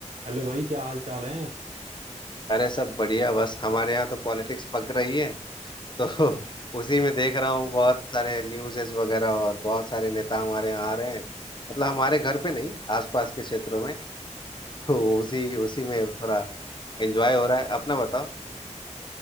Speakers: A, on the right; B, on the left.
A: Hello भाई क्या हाल चाल है
B: अरे सब बढ़िया बस हमारे यहाँ तो पॉलिटिक्स पक रही है तो <laughs> उसी में देख रहा हूँ बहुत सारे न्यूज़ेस वगैरह और बहुत सारे नेता हमारे यहाँ आ रहे हैं मतलब हमारे घर पे नहीं आसपास के क्षेत्रों में तो उसी उसी में थोड़ा एंजॉय हो रहा है अपना बताओ